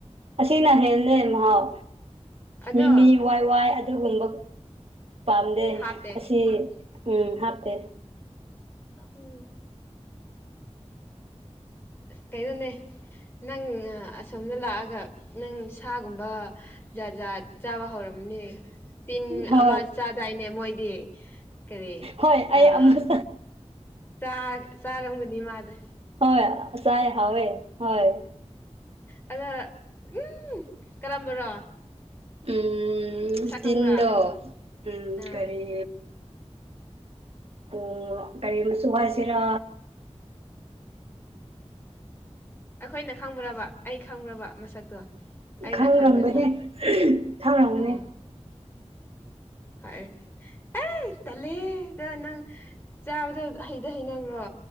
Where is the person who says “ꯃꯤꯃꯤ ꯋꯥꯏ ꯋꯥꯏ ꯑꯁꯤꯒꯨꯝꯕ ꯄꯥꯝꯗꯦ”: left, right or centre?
Right